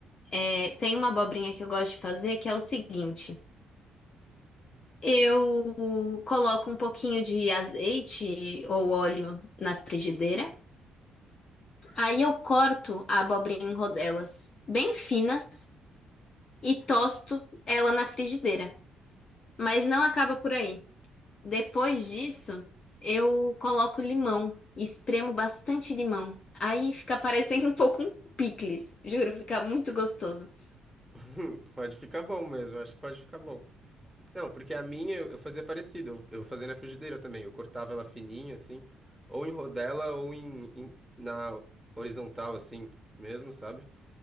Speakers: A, on the left; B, in the centre.
A: É, tem uma abobrinha que eu gosto de fazer que é o seguinte: eu coloco um pouquinho de azeite ou óleo na frigideira, aí eu corto a abobrinha em rodelas bem finas e tosto ela na frigideira. Mas não acaba por aí. Depois disso, eu coloco limão, espremo bastante limão. Aí fica parecendo um pouco um picles, juro, fica muito gostoso.
B: <laughs> Pode ficar bom mesmo, acho que pode ficar bom. Não, porque a minha eu eu fazia parecido, eu eu fazia na frigideira também. Eu cortava ela fininha, assim, ou em rodela ou em, em- na horizontal, assim, mesmo, sabe?